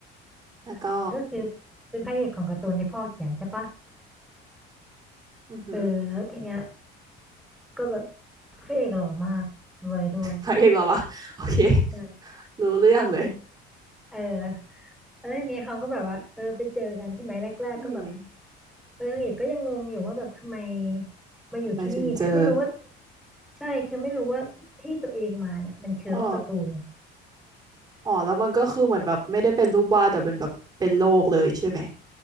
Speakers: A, on the right; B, in the centre.
A: แล้วก็
B: ก็คือเป็นพระเอกของการ์ตูนที่พ่อเขียนใช่ปะ
A: อือหือ
B: เออแล้วทีเนี้ยก็แบบพระเอกหล่อมากรวยด้วย
A: พระเอกเหรอวะโอเค
B: ใช่
A: รู้เรื่องเลย
B: เออแล้วทีนี้เขาก็แบบว่าเออไปเจอกันใช่ไหมแรกๆก็แบบ
A: อืม
B: เออนางเอกก็ยังงงอยู่ว่าแบบทำไมมาอยู่ที่นี่คือไม่รู้ว่า
A: ทำไมถึงเจอ
B: ใช่คือไม่รู้ว่าที่ตัวเองมาเนี่ยมันคือโลกการ์ตูน
A: อ๋อ อ๋อแล้วมันก็คือเหมือนแบบไม่ได้เป็นรูปวาดแต่เป็นแบบเป็นโลกเลยใช่ไหม